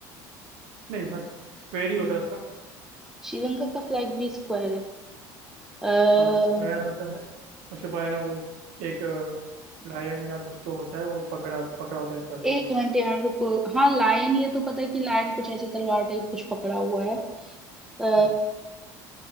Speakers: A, on the right; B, in the centre.
A: नहीं स्क्वायर ही होता है उसका
B: श्रीलंका का फ्लैग भी स्क्वायर है अ,
A: हाँ स्क्वायर होता है उसके बाद है ना वो एक लायन या कुछ तो होता है वो पकड़ा पकड़ा होता है तलवार
B: एक मिनट यार रुको हाँ लायन ये तो पता है कि लायन कुछ ऐसे तलवार टाइप कुछ पकड़ा हुआ है अ,
A: हम्म,